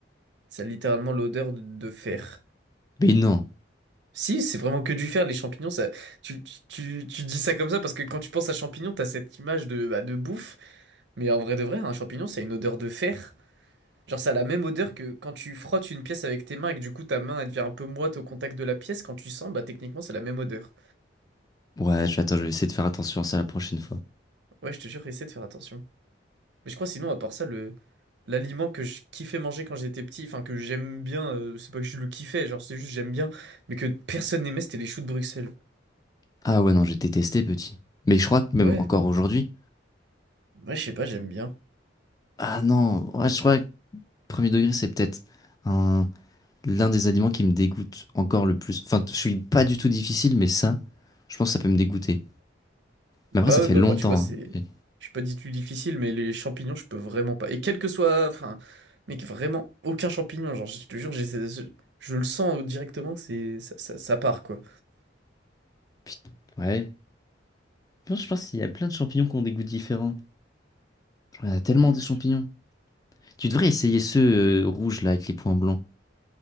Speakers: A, on the right; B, on the left.
A: Ça a littéralement l'odeur de de fer.
B: Mais non.
A: Si, c'est vraiment que du fer, les champignons, ça... tu, tu, tu- tu dis ça comme ça parce que quand tu penses à champignons, t'as cette image de, bah, de bouffe, mais en vrai de vrai, un champignon, ça a une odeur de fer. Genre, ça a la même odeur que quand tu frottes une pièce avec tes mains et que du coup ta main elle devient un peu moite au contact de la pièce, quand tu sens, bah techniquement c'est la même odeur.
B: Ouais, je- attends, je vais essayer de faire attention à ça la prochaine fois.
A: Ouais, je te jure, essaie de faire attention. Mais je crois sinon, à part ça, le l'aliment que je kiffais manger quand j'étais petit, enfin que j'aime bien, euh, c'est pas que je le kiffais, genre c'est juste j'aime bien, mais que personne n'aimait, c'était les choux de Bruxelles.
B: Ah ouais, non, j'ai détesté petit. Mais je crois que même
A: Ouais,
B: encore aujourd'hui.
A: ouais, je sais pas, j'aime bien.
B: Ah non, ouais, je crois que premier degré, c'est peut-être un- l'un des aliments qui me dégoûte encore le plus. Enfin, je suis pas du tout difficile, mais ça, je pense que ça peut me dégoûter.
A: Bah
B: Mais après, ça fait
A: ouais, bah
B: longtemps.
A: moi tu vois, c'est.
B: hein. Et-
A: Je suis pas dit plus difficile, mais les champignons, je peux vraiment pas. Et quel que soit. Enfin, mec, vraiment aucun champignon. Genre, je te jure, j'ai ce- je le sens directement que c'est. Ça, ça, ça part, quoi.
B: Putain, Ouais. Je pense je pense qu'il y a plein de champignons qui ont des goûts différents. Il y en a tellement
A: Mm.
B: des champignons. Tu devrais essayer ceux euh, rouges là avec les points blancs.